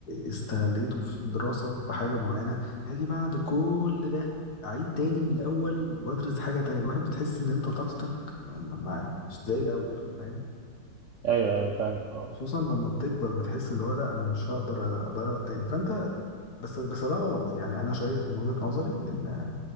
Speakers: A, on the left; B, on the right.
A: استغليته في دراسة في حاجة معينة هاجي بعد كل ده اعيد تاني من الاول وادرس حاجة تانية الواحد بتحس ان انت طاقتك ما- ما- مش زي الاول فاهم
B: ايوه ايوه فاهمك اه
A: خصوصا لما بتكبر بتحس اللي هو لا انا مش هقدر اضيع تاني فانت بس بس ده غلط يعني انا شايف من وجهة نظري ان